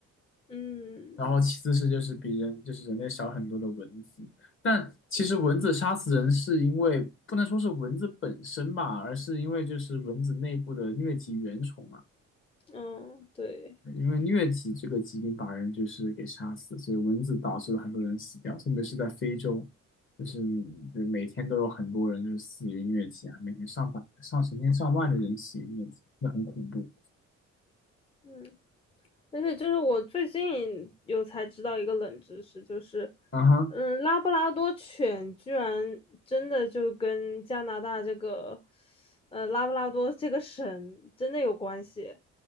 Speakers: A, on the left; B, on the left.
A: 嗯
B: 然后其次是就是比人就是人类少很多的蚊子，但其实蚊子杀死人是因为不能说是蚊子本身吧，而是因为就是蚊子内部的疟疾原虫嘛。
A: 嗯，对，
B: 因为疟疾这个疾病把人就是给杀死，所以蚊子导致了很多人死掉，特别是在非洲，就是就每天都有很多人就是死于疟疾啊，每天上百、上成千上万的人死于疟疾，那很恐怖。
A: 嗯，而且就是我最近有才知道一个冷知识，就是，
B: 啊哈，
A: 嗯，拉布拉多犬居然真的就跟加拿大这个，呃，拉布拉多这个省真的有关系。